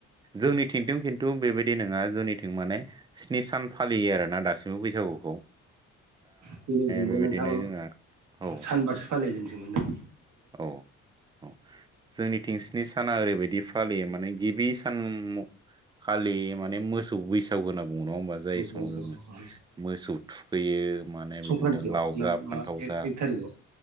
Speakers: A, on the right; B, on the right.
A: जोंनिथिंजों खिन्थु बेबायदि नोङा। जोंंनिथिं माने स्नि सान फालियो आरोना दासिमबो बैसागुख--।
B: जोंनिजोंबो
A: बेबायदिनो
B: नोंथां
A: जोंहा औ
B: सानबासो फालिजेनसै मोनदों।
A: औ औ जोंनि थिं स्निड साना ओरैबायदि फालियो माने। गिबि सान खालि माने मोसौ बैसागु होननाब। बुंङो नङा होमबा जाय
B: बैसागुखौ
A: समाव जोङो मोसौ थुखैयो माने
B: संक्रान्तियाव
A: बिदिनो लाव
B: ना
A: जा फान्थाव
B: मा एक
A: जा।
B: एक थारिख आव।